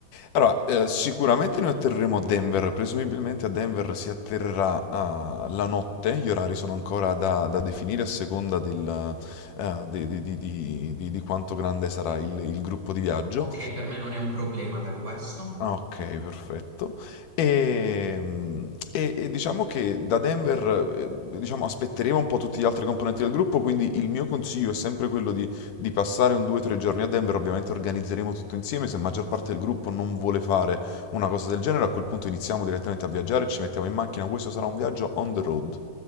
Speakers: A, on the left; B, on the right.
A: allora, eh, sicuramente noi atterreremo a Denver, presumibilmente a Denver si atterrerà eh, la notte, gli orari sono ancora da, da definire a seconda del, eh, di, di- di- di- di- di quanto grande sarà il, il gruppo di viaggio,
B: Ok, per me non è un problema per questo.
A: Ah, Ok, perfetto. E, mm, e- e diciamo che da Denver, eh, diciamo, aspetteremo un po' tutti gli altri componenti del gruppo, quindi il mio consiglio è sempre quello di, di passare un 2-3 giorni a Denver, ovviamente organizzeremo tutto insieme, se la maggior parte del gruppo non vuole fare una cosa del genere, a quel punto iniziamo direttamente a viaggiare, ci mettiamo in macchina, questo sarà un viaggio on the road.